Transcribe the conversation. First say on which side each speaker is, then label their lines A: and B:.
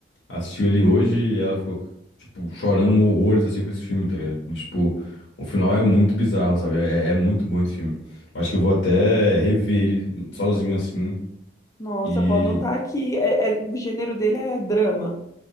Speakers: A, on the left; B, on the left.
A: assistiu ele hoje e ela ficou, tipo, chorando horrores, assim, com esse filme, tá ligado? E, tipo, o final é muito bizarro, sabe? É, é muito bom esse filme. Eu Acho que eu vou até rever ele sozinho, assim,
B: Nossa,
A: e,
B: eu vou anotar aqui. É- é- o gênero dele é drama.